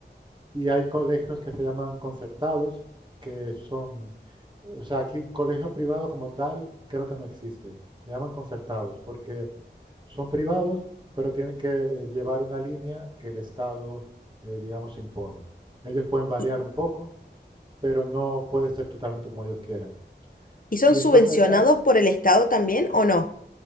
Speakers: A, on the right (about 25°); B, on the left (about 50°).
A: y hay colegios que se llaman concertados, que son, o sea, aquí colegio privado como tal creo que no existe. Le llaman concertados porque son privados, pero tienen que eh, llevar una línea que el Estado, eh, digamos, impone. Ellos pueden variar
B: ¿Y,
A: un poco, pero no puede ser totalmente como ellos quieran.
B: y son
A: Y
B: subvencionados
A: entonces ah,
B: por el Estado también o no?